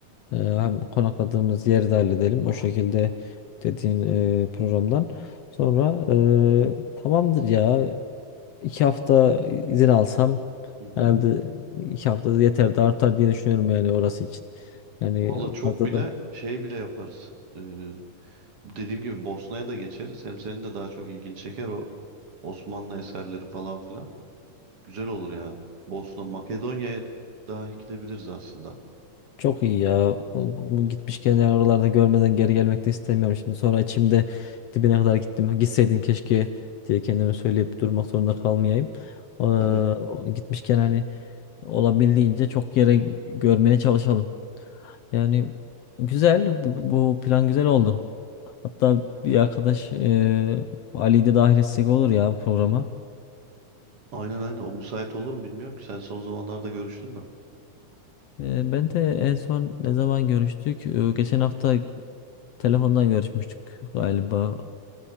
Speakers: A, on the left; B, on the right.
A: e, hem konakladığımız yeri de halledelim. O şekilde dediğin e, programdan. Sonra e, tamamdır ya. İki hafta izin alsam
B: Hı hı.
A: herhalde iki hafta yeter de artar diye düşünüyorum yani orası için. Yani
B: Valla çok
A: fazla
B: bile
A: da.
B: şey bile yaparız. Ee, bu dediğim gibi Bosna'ya da geçeriz. Hem senin de daha çok ilgini çeker o Osmanlı eserleri falan filan. Güzel olur yani. Bosna, Makedonya'ya dahi gidebiliriz aslında.
A: Çok iyi ya. O- Bu gitmişken yani oralarda görmeden geri gelmek de istemiyorum. Şimdi sonra içimde dibine kadar gittim. Gitseydin keşke diye kendime söyleyip durmak zorunda kalmayayım. Ee, o-
B: Tabii.
A: gitmişken hani olabildiğince çok yere görmeye çalışalım. Yani güzel. Bu, bu plan güzel oldu. Hatta bir arkadaş e, Ali'yi de dahil etsek olur ya bu programa.
B: Aynen aynen. O müsait olur mu bilmiyorum ki. Sen son zamanlarda görüştün mü?
A: E, ben de en son ne zaman görüştük? E, geçen hafta Telefondan görüşmüştük galiba.